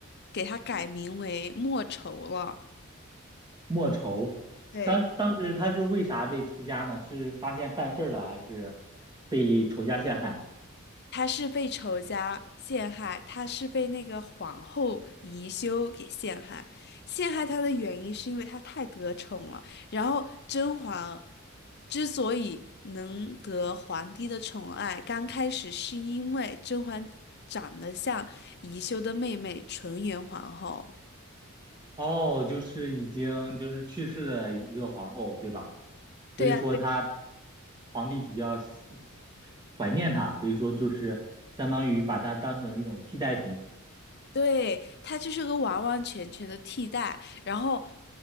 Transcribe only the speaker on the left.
给他改名为莫愁了。
对，
他是被仇家陷害，他是被那个皇后宜修给陷害。陷害他的原因是因为他太得宠了。然后甄嬛之所以能得皇帝的宠爱，刚开始是因为甄嬛长得像宜修的妹妹纯元皇后。
对呀。
对，他就是个完完全全的替代。然后，